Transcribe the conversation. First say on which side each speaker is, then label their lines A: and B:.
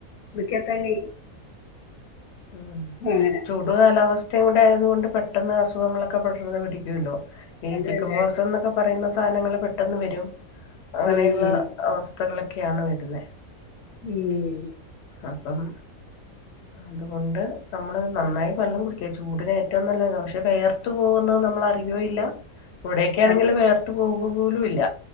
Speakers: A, on the left; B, on the left.
A: മുറിക്ക തന്നെ
B: ഉം
A: അങ്ങനെ
B: ചൂട് കാലാവസ്ഥയും കൂടെ ആയത് കൊണ്ട് പെട്ടെന്ന് അസുഖങ്ങളൊക്കെ പെട്ടെന്ന് പിടിക്കല്ലോ ഈ
A: അതെ
B: ചിക്കൻ
A: അതെ അതെ
B: ബോക്സ് എന്നൊക്കെ പറയുന്ന സാധനങ്ങള് പെട്ടെന്ന് വരും അങ്ങനെയുള്ള
A: ഉം
B: അവസ്ഥ അവസ്തകളൊക്കെയാണ് വരുന്നത്
A: ഉം
B: അപ്പം അതുകൊണ്ട് നമ്മൾ നന്നായി വെള്ളം കുടിക്കുക ചൂടന് ഏറ്റവും നല്ലത്അതാ പക്ഷേ വേർത്ത് പോകുന്നത് നമ്മള അറിയോയില്ല ഇവിടെക്കെയ ആണെങ്കിൽ
A: അതെ
B: വേർത്ത് പോക പോലും ഇല്ല